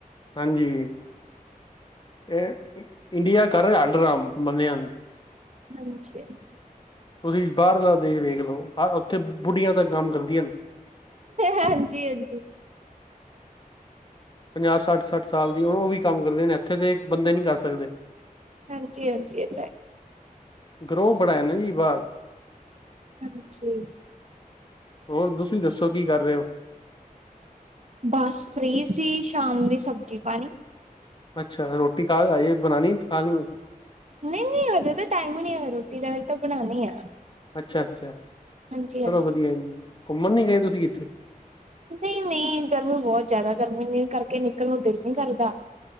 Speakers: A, on the left; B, on the right.
A: ਹਾਂਜੀ। ਇਹ ਇੰਡੀਆ ਘਰ ਰਿਹਾ ਹੈ ਡਰਾਮ, ਬੰਦਿਆ ਨੂੰ।
B: ਹਾਂਜੀ-ਹਾਂਜੀ।
A: ਤੁਸੀਂ ਬਾਹਰਲਾ ਦੇਸ਼ ਵੇਖ ਲਓ, ਉੱਥੇ ਬੁੱਢੀਆਂ ਤ ਕੰਮ ਕਰਦੀਆਂ ਨੇ।
B: ਹਾਂਜੀ-ਹਾਂਜੀ।
A: ਪੰਜਾਹ ਸੱਠ-ਸੱਠ ਸਾਲ ਦੀ ਉਹ ਵੀ ਕੰਮ ਕਰਦੇ ਨੇ ਇੱਥੇ ਤੇ, ਬੰਦੇ ਨੀ ਕਰ ਸਕਦੇ।
B: ਹਾਂਜੀ-ਹਾਂਜੀ, ਇਹ ਤਾਂ ਹੈ।
A: ਗਰੋਹ ਬੜਾ ਹੈ ਨਾ ਜੀ ਬਾਹਰ।
B: ਹਾਂਜੀ।
A: ਹੋਰ, ਤੁਸੀਂ ਦੱਸੋ ਕੀ ਕਰ ਰਹੇ ਹੋ?
B: ਬਸ ਫ੍ਰੀ ਸੀ। ਸ਼ਾਮ ਦੀ ਸਬਜ਼ੀ- ਪਾਣੀ
A: ਅੱਛਾ ਰੋਟੀ ਖਾਹ ਕੇ ਆਈਏ, ਬਣਾਨੀ, ਖਾਹਣੀ।
B: ਨਹੀਂ, ਨਹੀਂ ਹਜੇ ਤਾਂ ਟਾਈਮ ਹੀ ਨਹੀਂ ਹੋਇ ਰੋਟੀ ਦਾ, ਹਜੇ ਤਾਂ ਬਣਾਉਣੀ ਆ।
A: ਅੱਛਾ- ਅੱਛਾ,
B: ਹਾਂਜੀ-ਹਾਂਜੀ।
A: ਚਲੋ ਵਧੀਆ ਜੀ। ਘੁੰਮਣ ਨਹੀਂ ਗਏ ਤੁਸੀਂ ਕਿੱਥੇ?
B: ਨਹੀਂ- ਨਹੀਂ ਗਰਮੀ ਬਹੁਤ ਜ਼ਿਆਦਾ। ਗਰਮੀ ਕਰਕੇ ਨਿਕਲ ਨੂੰ ਦਿਲ ਨੀ ਕਰਦਾ।